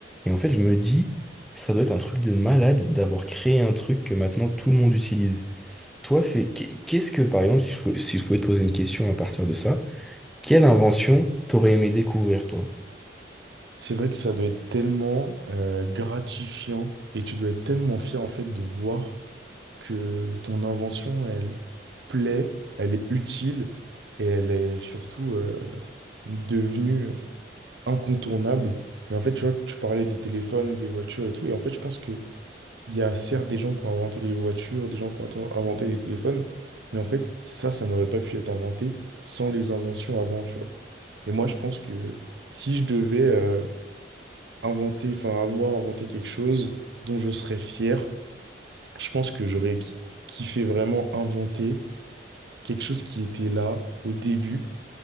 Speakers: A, in the centre; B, on the right.
A: Et en fait, je me dis, ça doit être un truc de malade d'avoir créé un truc que maintenant tout le monde utilise. Toi, c'est qu'est- qu'est-ce que, par exemple, si je pouvais, si je pouvais te poser une question à partir de ça, quelle invention t'aurais aimé découvrir, toi?
B: C'est vrai que ça doit être tellement euh, gratifiant et tu dois être tellement fier en fait de voir que ton invention, elle plaît, elle est utile et elle est surtout euh, devenue euh, incontournable. Mais en fait, tu vois, tu parlais des téléphones, des voitures et tout. Et en fait, je pense que il y a certes des gens qui ont inventé les voitures, des gens qui ont atten- inventé les téléphones, mais en fait, ça, ça n'aurait pas pu être inventé sans les inventions avant, tu vois. Et moi, je pense que si je devais euh, inventer, enfin avoir inventé quelque chose dont je serais fier. Je pense que j'aurais ki- kiffé vraiment inventer quelque chose qui était là au début